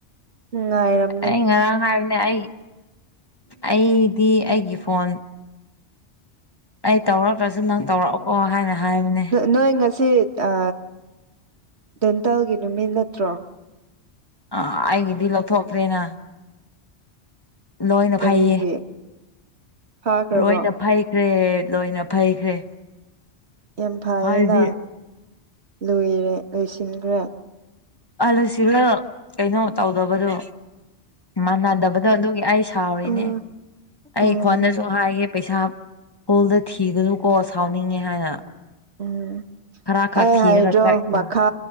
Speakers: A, on the right; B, on the left.
A: ꯎꯝꯉꯥꯏꯔꯝ
B: ꯑꯩ ꯉꯔꯥꯡ ꯍꯥꯏꯕꯅꯦ ꯑꯩ ꯑꯩꯗꯤ ꯑꯩꯒꯤ ꯐꯣꯟ ꯑꯩ ꯇꯧꯔꯛꯇ꯭ꯔꯁꯨ ꯅꯪ ꯇꯧꯔꯛꯀꯣ ꯍꯥꯏꯅ ꯍꯥꯏꯕꯅꯦ
A: ꯅꯣꯏ ꯉꯁꯤ ꯑ ꯗꯦꯟꯇꯜꯒꯤ ꯅꯨꯃꯤꯠ ꯅꯠꯇ꯭ꯔꯣ
B: ꯑ ꯑꯩꯒꯤꯗꯤ ꯂꯧꯊꯣꯛꯇ꯭ꯔꯦꯅ ꯂꯣꯏꯅ
A: ꯀꯔꯤꯒꯤ
B: ꯐꯩꯌꯦ
A: ꯐꯥꯈ꯭ꯔꯕꯣ
B: ꯂꯣꯏꯅ ꯐꯩ ꯀ꯭ꯔꯦ ꯂꯣꯏꯅ ꯐꯩꯈ꯭ꯔꯦ
A: ꯌꯥꯝ ꯐꯩꯌꯦꯅ
B: ꯍꯥꯏꯗꯤ
A: ꯂꯣꯏꯔꯦ ꯂꯣꯏꯁꯤꯟꯈ꯭ꯔꯦ
B: ꯑꯜꯁꯤꯂ ꯀꯩꯅꯣ ꯇꯧꯗꯕꯗꯣ ꯃꯥꯟꯅꯗꯕꯗꯣ ꯑꯗꯨꯒꯤ ꯑꯩ ꯁꯥꯎꯔꯤꯅꯦ
A: ꯎꯝ
B: ꯑꯩ
A: ꯎꯝ
B: ꯈꯣꯟꯅ ꯁꯨ ꯍꯥꯏꯒꯦ ꯄꯩꯁꯥ ꯍꯣꯜꯗ ꯊꯤꯒꯅꯨꯀꯣ ꯁꯥꯎꯅꯤꯡꯉꯦ ꯍꯥꯏꯅ
A: ꯎꯝ
B: ꯈꯔ ꯈꯛ
A: ꯑꯩ
B: ꯊꯤꯔꯒ
A: ꯍꯥꯏꯗ꯭ꯔꯣ
B: ꯆꯠꯄ
A: ꯃꯈꯥ